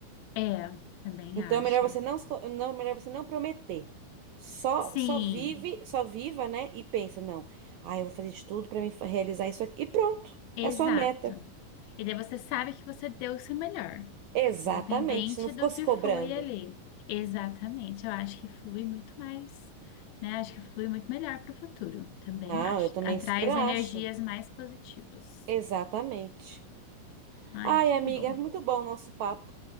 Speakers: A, on the left; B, on the right.
A: É, também
B: Então
A: acho.
B: é melhor você não, se co- não, melhor você não prometer. Só,
A: Sim,
B: só vive, só viva, né? E pensa, não, ah, eu vou fazer de tudo pra me fa- realizar isso aqui. E pronto,
A: exato.
B: é sua meta.
A: E daí você sabe que você deu o seu melhor,
B: Exatamente,
A: independente
B: você não ficou
A: do
B: se
A: que
B: cobrando.
A: foi ali. Exatamente. Eu acho que flui muito mais, né? Acho que flui muito melhor para o futuro. Também
B: Não,
A: acho.
B: eu também
A: Atraz
B: super acho.
A: energias mais positivas.
B: Exatamente.
A: Ai,
B: Ai,
A: que
B: amiga,
A: bom.
B: muito bom o nosso papo.